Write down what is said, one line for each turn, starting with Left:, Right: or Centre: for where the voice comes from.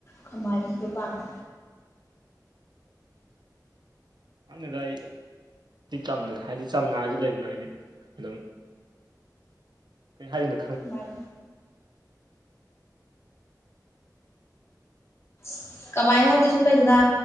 Left: ꯈꯃꯥꯏꯅꯁꯨꯔꯨ ꯄꯃꯦ
Right: ꯍꯥꯟꯅꯗ ꯑꯩ ꯁꯤ ꯆꯝ ꯍꯥꯏꯗꯤ ꯆꯝꯅ ꯍꯥꯏꯁꯨ ꯂꯩꯗꯅ ꯍꯥꯏꯗꯤ ꯍꯜꯂꯣ ꯀꯩ ꯍꯥꯏꯡꯅ
Left: ꯥꯏ <inaudible> ꯀꯃꯥꯏꯅ ꯍꯥꯏꯗꯤ ꯁꯨꯝ ꯂꯩꯗꯅ